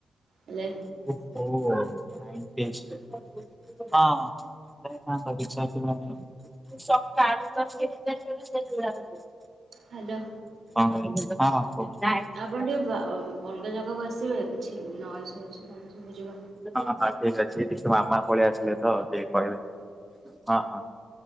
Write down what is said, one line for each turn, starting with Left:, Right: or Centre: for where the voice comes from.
Right: ହେଲେ
Centre: ଓହୋ, ସାଇଣ୍ଟିଷ୍ଟ। ହଁ, ହଁ। <unintelligible>
Right: ହାଲୋ।
Centre: ହ ହଁ ହଉ
Right: ଆପଣ
Centre: <unintelligible>
Right: ଟିକେ ବା ଓମ୍। ଅଲ୍ଗା ଜାଗାକୁ ଆସିବେ, କିଛି ନଏଜ୍ ହୋଉଛି ମତେ ଶୁଭୁଛି ବା।
Centre: ହଁ ହଁ, ଠିକ୍ ଅଛିି ସେ ମାମା ପଳେଇ ଆସିଲେ ତ ଟିକେ କହିବେ। ହଁ ହଁ,